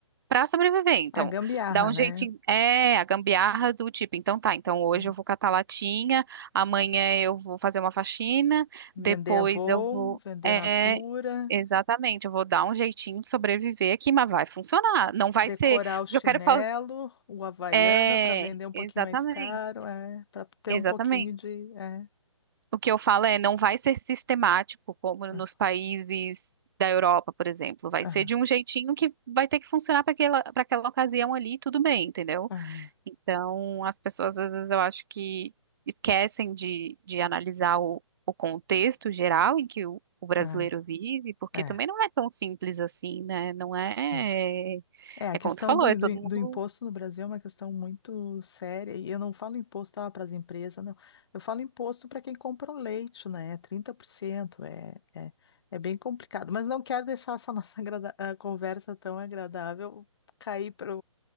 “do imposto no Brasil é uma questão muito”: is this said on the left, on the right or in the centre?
Left